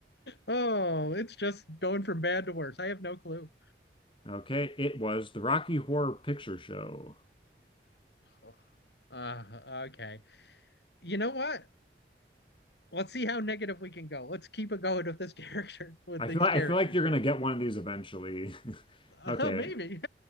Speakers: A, on the left; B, on the left.
A: Oh, it's just going from bad to worse. I have no clue.
B: Okay, it was the Rocky Horror Picture Show.
A: Ugh. Uh, okay. You know what? Let's see how negative we can go. Let's keep it going with this <laughs> character, with
B: I
A: these
B: feel like,
A: characters
B: I feel like you're
A: here.
B: gonna get one of these eventually. <laughs>
A: Uh,
B: Okay.
A: maybe.